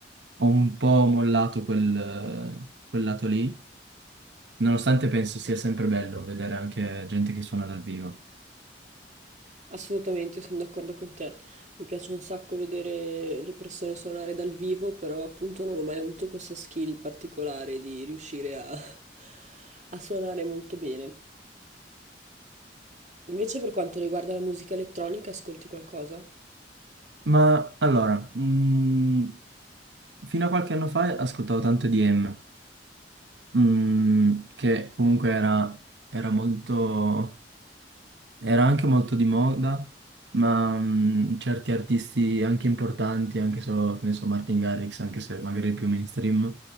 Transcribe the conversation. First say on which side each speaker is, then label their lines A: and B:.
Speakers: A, on the right; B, on the right.
A: ho un po' mollato quel, eh, quel lato lì, nonostante penso sia sempre bello vedere anche gente che suona dal vivo.
B: Assolutamente, sono d'accordo con te. Mi piace un sacco vedere le persone suonare dal vivo, però appunto non ho mai avuto questa skill particolare di riuscire a, <laughs> a suonare molto bene. Invece per quanto riguarda la musica elettronica, ascolti qualcosa?
A: Ma allora, mm, fino a qualche anno fa ascoltavo tanto EDM, mm, che comunque era era molto Era anche molto di moda, ma mh, certi artisti anche importanti, anche solo, che ne so, Martin Garrix, anche se magari il più mainstream,